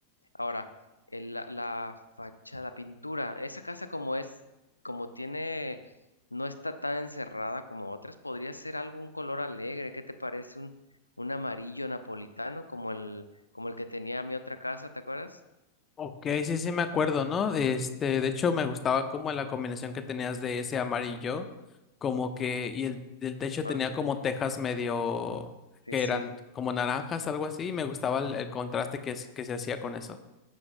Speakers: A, on the left; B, on the left.
A: Ahora, el- la, la fachada, la pintura, esa casa como es, como tiene, no está tan encerrada como otras, podría ser algo, un color alegre, ¿qué te parece? Un, un amarillo napolitano como el, como el que tenía mi otra casa, ¿te acuerdas?
B: Ok, sí, sí me acuerdo, ¿no? Este, de hecho me gustaba como la combinación que tenías de ese amarillo, como que, y el, el techo
A: Ah,
B: tenía como tejas medio,
A: Sí,
B: que
A: sí,
B: eran como naranjas, algo así, y me gustaba el, el contraste que, es- que se hacía con eso.